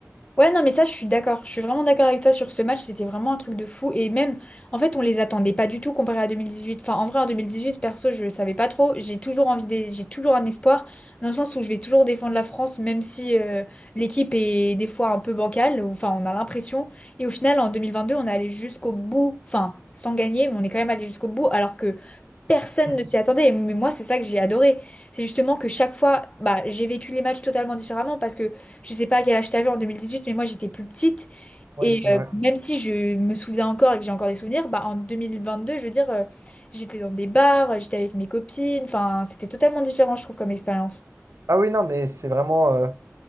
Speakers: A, on the left; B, on the right.
A: Ouais, non, mais ça, je suis d'accord. Je suis vraiment d'accord avec toi sur ce match. C'était vraiment un truc de fou. Et même, en fait, on les attendait pas du tout comparé à deux mille dix-huit Enfin, en vrai, en 2018 perso, je savais pas trop. J'ai toujours envie des... j'ai toujours un espoir, dans le sens où je vais toujours défendre la France, même si euh, l'équipe est des fois un peu bancale. ou- Enfin, on a l'impression. Et au final, en 2022 on est allé jusqu'au bout. Enfin, sans gagner, mais on est quand même allé jusqu'au bout. Alors que Personne
B: <laughs>
A: ne s'y attendait, mais moi c'est ça que j'ai adoré. C'est justement que chaque fois, bah, j'ai vécu les matchs totalement différemment parce que je sais pas à quel âge t'avais en 2018, mais moi j'étais plus petite
B: Oui,
A: et
B: c'est vrai.
A: euh, même si je me souviens encore et que j'ai encore des souvenirs, bah, en 2022, je veux dire, euh, j'étais dans des bars, j'étais avec mes copines, enfin c'était totalement différent je trouve comme expérience.
B: Ah oui, non, mais c'est vraiment... euh,